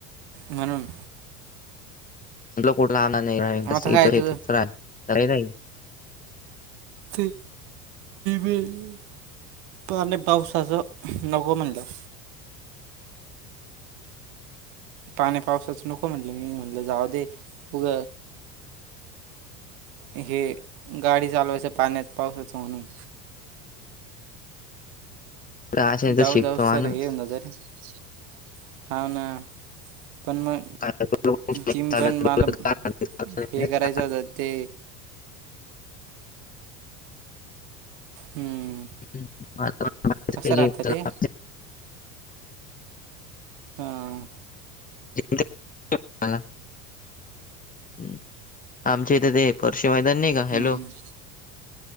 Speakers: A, on the right; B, on the left.
A: म्हणून
B: म्हटलं कुठ जाणार नही, <inaudible>
A: आता काय
B: इथ यथ
A: तुझं
B: रा <unintelligible>
A: च. <inaudible> पाने पाऊसाच नगो म्हणलं. पाणी पावसाच नको म्हनलं मी, म्हणलं जाऊ दे. उग, हे गाडी चालवायचं पाण्यात. पावसाचं म्हणून.
B: आशेनेच
A: जाऊ
B: शिकतो
A: जाऊ
B: माणूस
A: स्तर होऊन जातं रे, हवंना पण म
B: काय डोकं कुठं
A: जिम
B: चालू
A: पण
B: आहे, डोकं
A: मला, हे करायचं
B: काय
A: होतं ते. हम्म.
B: <inaudible> हम्
A: तसं राहतं रे हां.
B: <inaudible> ला ह, आमच्या इथे ते <inaudible> परशी मैदान नही का? हॅलो
A: हम्म,